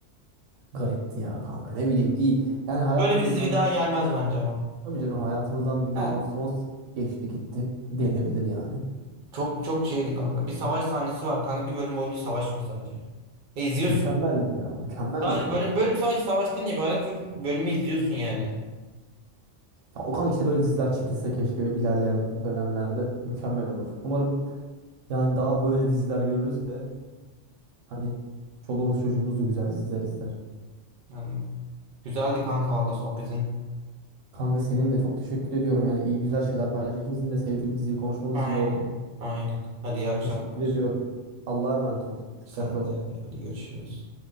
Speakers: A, on the right; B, on the right.
A: Garipti ya kanka ne bileyim iyi. Yani hayatımızdan
B: Böyle bir dizi bir daha gelmez bence ama.
A: tabii canım hayatımızdan bir
B: Evet.
A: Game of Thrones geçti gitti denebilir yani.
B: Çok çok şeydi kanka. Bir savaş sahnesi var kanka. Bir bölüm boyunca savaş var sadece. Ve izliyorsun.
A: Mükemmeldi ya mükemmeldi
B: Sadece
A: kanka.
B: bölüm bölüm sadece savaştan ibaret ve bölümü izliyorsun yani.
A: Ya Okan işte böyle diziler çekilse keşke ilerleyen dönemlerde mükemmel olur. Umarım yani daha böyle diziler görürüz de hani çoluğumuz çocuğumuz da güzel diziler izler.
B: Yani güzeldi kanka valla sohbetin.
A: Kanka seninle çok teşekkür ediyorum yani iyi güzel şeyler paylaş. İkimizin de sevdiği bir diziyi konuşmamız
B: Aynen.
A: iyi oldu.
B: Aynen. Hadi iyi akşamlar.
A: Teşekkür ediyorum. Allah'a emanet ol. Dikkatli
B: Sen
A: ol.
B: de hadi görüşürüz.